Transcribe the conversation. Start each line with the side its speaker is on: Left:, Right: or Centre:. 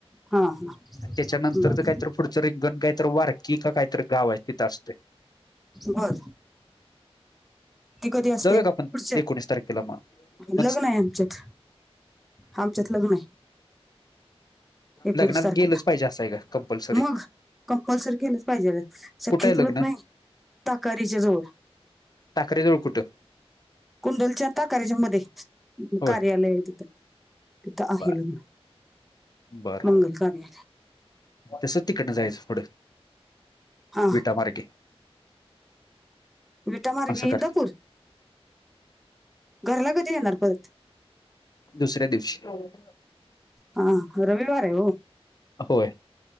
Centre: हा हा.
Left: त्याच्यानंतरच
Centre: बर
Left: काहीत पुढचं रिंगण, काहीत वारकी का काहीतरी गाव आहे, तिथ असते.
Centre: बर. ती कधी असते
Left: जाऊया का आपण,
Centre: पुढच्या
Left: एकोणीस तारखेला मग. मग
Centre: लग्न आहे आमच्यात आमच्यात लग्न आहे. एकोणीस
Left: लग्नाला
Centre: तारखेला
Left: गेलच पाहिजे, असंय का कंपल्सरी.
Centre: मग कंपल्सरी केलंच पाहिजे, शक्यचलत
Left: कुठं आहे लग्न
Centre: नाही, ताकारारीच्या जवळ.
Left: टाकरे जवळ कुठं?
Centre: कुंडलच्या आणि ताकारेच्या मध्ये
Left: होय
Centre: कार्यालय आहे. तिथं आहे
Left: बर
Centre: लग्न.
Left: बर
Centre: मंगल कार्यालय
Left: तसचं तिकडनं जायचं पुढं
Centre: हा
Left: विटा मार्गे
Centre: विटा मार्गी
Left: असं कर
Centre: इंदापूर घरला कधी येणार परत
Left: दुसऱ्या दिवशी. हो <unintelligible>
Centre: हा रविवार आहे येव.
Left: अ होय.